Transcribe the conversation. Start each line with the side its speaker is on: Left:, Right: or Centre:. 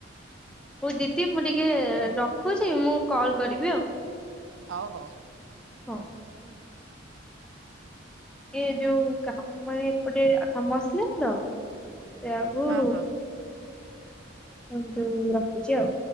Centre: ହଉ ଦିଦି ମୁଁ ଟିକେ ରଖୁଛି ମୁଁ କଲ କରିବି ଆଉ।
Right: ହଉ ହଉ।
Centre: ହଉ। ଏ ଯୋଉ କାମ ମାନେ ଏପଟେ ଆ କାମ ଆସିଲା ତ ସେୟାକୁ।
Right: ହଁ ହଁ।
Centre: ଉଁ ଯୋଉ ରଖୁଛି ଆଉ।